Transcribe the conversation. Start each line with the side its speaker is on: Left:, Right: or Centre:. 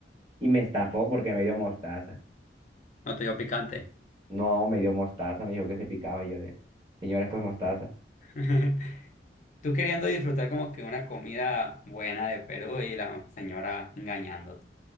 Right: y me estafó porque me dio mostaza.
Left: no te dio picante.
Right: No, me dio mostaza, me dijo que se picaba y yo de, señora, esto es mostaza.
Left: <laughs> Tú queriendo disfrutar como que una comida buena de Perú y la señora engañándote.